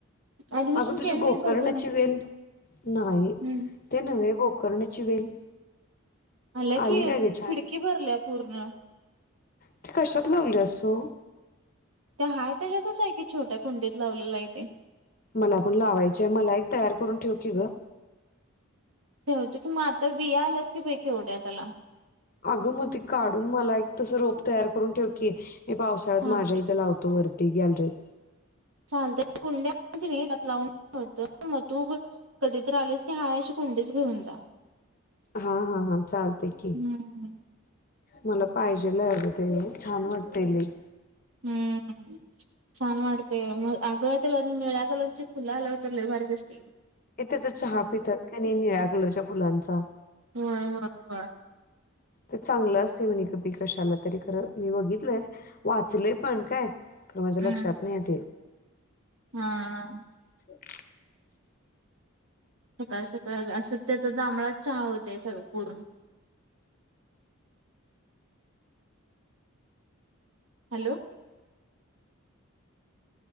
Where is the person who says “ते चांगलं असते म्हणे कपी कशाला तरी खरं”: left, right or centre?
Left